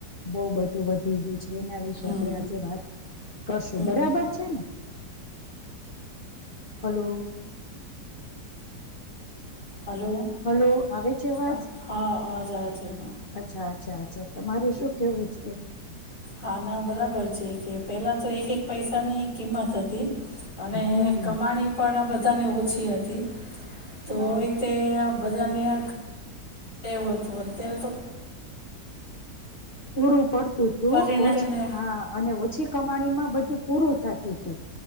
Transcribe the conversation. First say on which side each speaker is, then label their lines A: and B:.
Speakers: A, on the left; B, on the left.
A: બહવ બધું વધી ગયું છે એના વિશે
B: હમ
A: આપડે આજે વાત કરશું
B: હમ
A: બરાબર છે ને હલોો
B: હલો
A: હલો આવે છે અવાજ
B: હા હા અવાજ આવે છે હા
A: અચ્છા અચ્છા અચ્છા તમારું શું કેવું છે
B: હા ના બરાબર છે કે પેલા તો એક એક પૈસા ની કિંમત હતી અને
A: હમ
B: કમાણી પણ બધા પોતાને ઓછી હતી તો
A: હા
B: એતે બધાનેવું હતું અત્યારે તો
A: પૂરું પડ તું તું
B: ફરીને
A: ઓછ
B: છે ને
A: હા અને ઓછી કમાણીમાં બધું પૂરું થતું હતું